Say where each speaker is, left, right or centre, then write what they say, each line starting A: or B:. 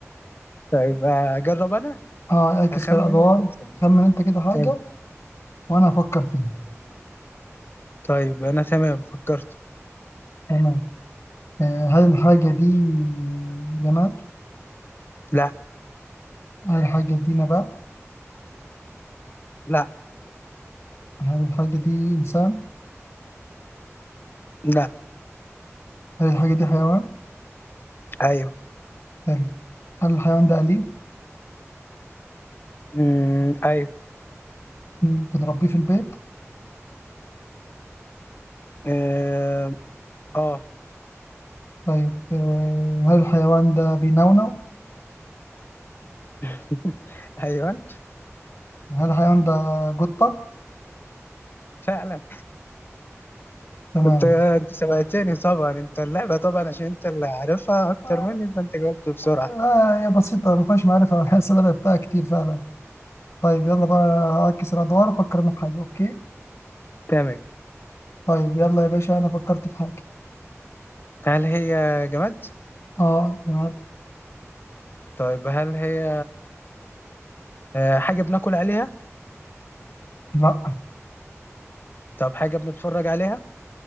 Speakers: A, on the left; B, on the left.
A: طيب آه، اجرب انا
B: اه اعكس
A: هخمن
B: كده ادوار
A: انت تسألني
B: خمن انت كده حاجه
A: طيب
B: وانا افكر فيها
A: طيب انا تمام فكرت
B: تمام آه هل الحاجه دي جماد
A: لا
B: هل الحاجه دي نبات
A: لا
B: هل الحاجه دي انسان
A: لا
B: هل الحاجه دي حيوان
A: ايوه
B: حلو هل الحيوان ده اليف
A: امم ايوه
B: بنربيه في البيت
A: اه آه،
B: طيب آه هل الحيوان ده بينونو
A: <laughs> ايوه
B: هل الحيوان ده قطه
A: فعلا
B: تمام
A: انت انت سبقتني طبعا انت اللعبه طبعا عشان انت اللي عارفها اكتر
B: آه
A: مني فانت جاوبت بسرعه
B: آه، هي بسيطة ما فيهاش معرفة <laughs> بحس إن أنا لعبتها كتير فعلا طيب يلا بقى أعكس الأدوار أفكر أنا في حاجة أوكي
A: تمام
B: طيب يلا يا باشا أنا فكرت في حاجة
A: هل هي جماد
B: أه جماد
A: طيب هل هي آه، حاجة بناكل عليها
B: لا
A: طب حاجة بنتفرج عليها